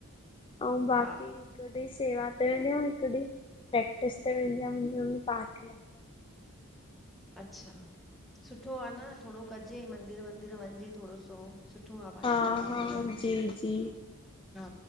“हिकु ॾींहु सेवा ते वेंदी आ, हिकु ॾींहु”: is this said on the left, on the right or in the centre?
Left